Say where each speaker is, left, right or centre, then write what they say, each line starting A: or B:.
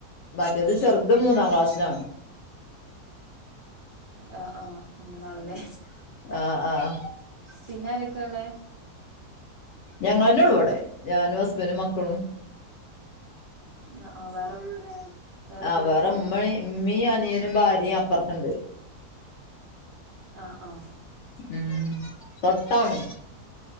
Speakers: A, on the left; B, on the right.
A: മറ്റേത് ചെറുത് മൂന്നാം ക്ലാസ്സിലാണ്
B: ആഹ് ആഹ് മൂന്നാളല്ലേ
A: ആഹ് ആഹ്
B: പിന്നെ അരൊക്കെയള്ളെ
A: ഞങ്ങൾ തന്നെയ ഉള്ള അവിടെ ഞാനും ഹസ്ബൻഡും മക്കളും
B: ആഹ് ആഹ് വേറെ വേറെ
A: ആഹ്
B: പോയതാ
A: വേറെമ്മ ഉമ്മീ അനിയനും ഭാര്യയും അപ്പുറക്കുണ്ട്
B: ആഹ് ആഹ്
A: ഉം തൊട്ടാണ്